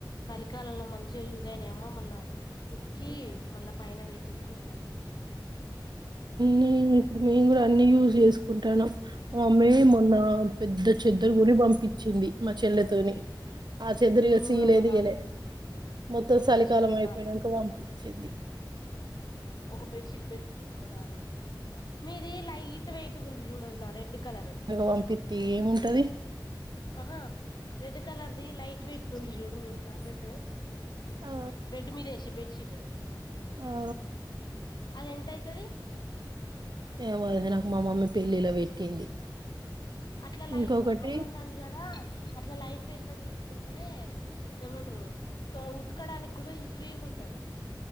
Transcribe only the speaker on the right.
నేను ఇప్పుడు మిం గుడ అ యూజై చేసుకుంటామ్ మమి మోన్న పెద్దచ్చ చెద్దరు గుడి పంపించింది మా చెల్లెతోని ఆ చెద్దరుగా
సీలే
దియలే మొత్తం
చలికాలం
అయిపోయియాక పంపించింది
అనగ పంపితి ఏముంటది
ఆ
ఆ
ఏమో అది నాకు మా మమ్మీ పెళ్ళిలో పెట్టింది
ఇంకొకటి